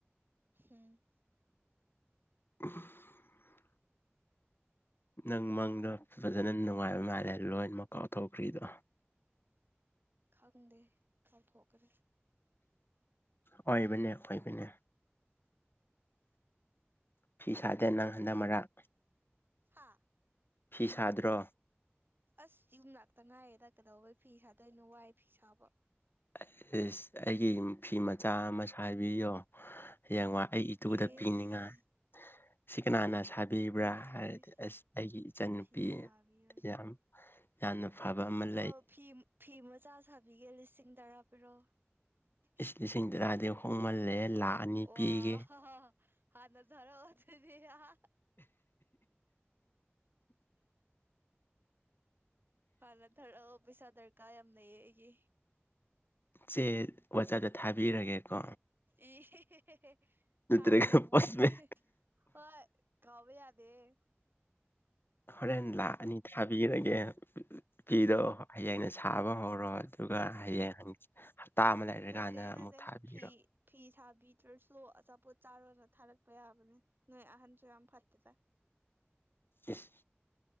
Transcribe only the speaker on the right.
ꯍꯨꯝ
ꯈꯪꯗꯦ ꯀꯥꯎꯊꯣꯛꯀꯔꯦ
ꯍꯥ
ꯑꯁ ꯌꯨꯝꯂꯥꯛꯇ ꯉꯥꯏꯔꯤꯗ ꯀꯩꯗꯧꯕꯩ ꯐꯤ ꯁꯥꯗꯣꯏꯅꯣ ꯋꯥꯏ ꯐꯤ ꯁꯕꯥ
ꯏꯁ
ꯏꯁ
ꯏꯁ
ꯐꯤ ꯁꯥꯕꯤꯌꯣꯌꯦ
ꯑꫭ ꯐꯤ-ꯐꯤ ꯃꯆꯥ ꯁꯥꯕꯤꯒꯦ ꯂꯤꯁꯤꯡ ꯇꯔꯥ ꯄꯤꯔꯣ ꯑꫭꯋꯥ
ꯍꯥ-ꯍꯥ ꯐꯥꯅ ꯊꯔꯛꯑꫭ ꯍꯤ-ꯍꯤ-ꯍꯥ-ꯍꯥꯥ ꯍꯥꯟꯅ ꯊꯥꯔꯛꯑꯣ ꯄꯩꯁꯥ ꯗꯔꯀꯥ ꯌꯥꯝ ꯂꯩꯑꯦ ꯑꯩꯒꯤ
ꯏ-ꯍꯤ-ꯍꯤ-ꯍꯤ-ꯍꯦ
ꯊꯥꯒꯗꯧ
ꯃꯥꯜꯂꯦ ꯍꯦ-ꯍꯦ ꯍꯣꯏ ꯀꯧꯕꯌꯗꯦ ꯍꯦ
ꯅꯠꯇꯦ
ꯅꯠꯇꯦ
ꯐꯤ ꯐꯤ ꯁꯥꯕꯤꯗ꯭ꯔꯁꯨ ꯑꯆꯥꯄꯣꯠ ꯆꯥꯔꯣꯅ ꯊꯥꯔꯛꯄ ꯌꯥꯕꯅꯦ ꯅꯣꯏ ꯑꯍꯟꯁꯨ ꯌꯥꯝ ꯐꯠꯇꯦꯗ